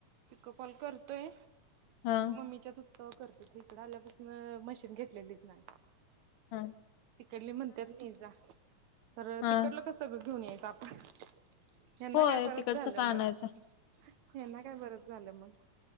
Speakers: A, on the right; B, on the left.
A: पिकपॉल करतोय
B: हां,
A: मम्मीच्यात तवा करत होतो इकडे आल्यापासून मशीन घेतलेलीच नाही
B: हा
A: तिकडली म्हणतात नाही जा खंर
B: हां,
A: तिकडलं कस सगळं घेऊन यायचं आपण हयना
B: होय
A: काय बरंच
B: तिकडचं
A: झालं
B: का
A: मग
B: आणायचं?
A: हयना काय बरंच झालं मग